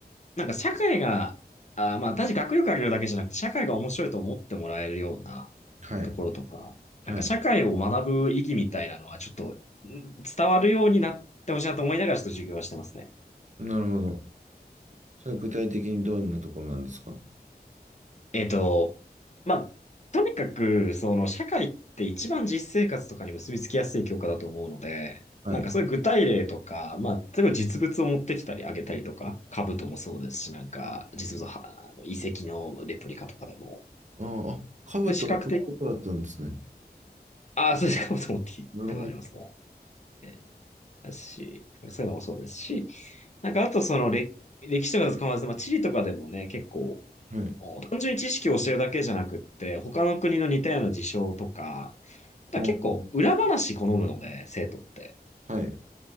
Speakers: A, on the left (about 45°); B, on the right (about 45°).
A: なんか社会が、あー、まあ単に学力上げるだけじゃなくて、社会が面白いと思ってもらえるような
B: はい、
A: ところとか、
B: はい。
A: なんか社会を学ぶ意義みたいなのはちょっとん伝わるようになってほしいなと思いながらちょっと授業はしてますね。
B: なるほど。それ具体的にどんなところなんですか
A: えっと、まあ、とにかく、その、社会って一番実生活とかに結びつきやすい教科だと思うので、
B: はい。
A: なんかそういう具体例とか、まあ、例えば実物を持ってきたりあげたりとか、兜もそうですし、なんか、実物は、あの遺跡のレプリカとかでも、
B: ああ、あ兜はこういうことだったんですね。
A: で視覚的、ああ、そうで <laughs> す、兜持ってきたことありますね。
B: なるほど。
A: ねだし、なんかそういうのもそうですし、なんかあとその歴、歴史とかだと構わらず、まあ、地理とかでもね、結構、
B: はい。
A: 単純に知識を教えるだけじゃなくって、他の国の似たような事象とか、なんか結構裏話好むので、
B: ああ
A: 生徒って。
B: はい。